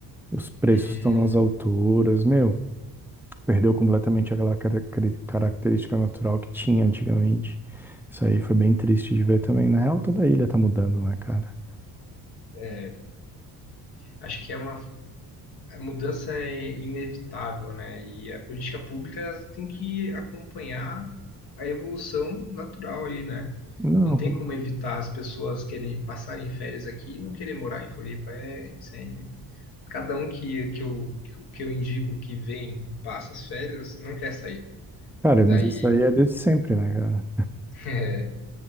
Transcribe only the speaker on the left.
Hum.
é, Acho que é uma a mudança é inevitável, né? E a política pública ela tem que acompanhar a evolução natural aí, né?
Não tem como evitar as pessoas querem passarem férias aqui e não querer morar em Floripa. É, isso aí é- Cada um que, que, eu, que eu indico que vem e passa as férias não quer sair.
Daí,
<laughs> é,